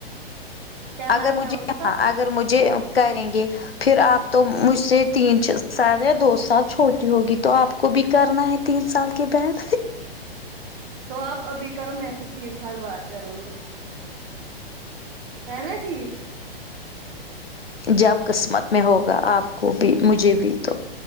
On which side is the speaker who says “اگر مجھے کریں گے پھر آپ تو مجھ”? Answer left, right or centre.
Left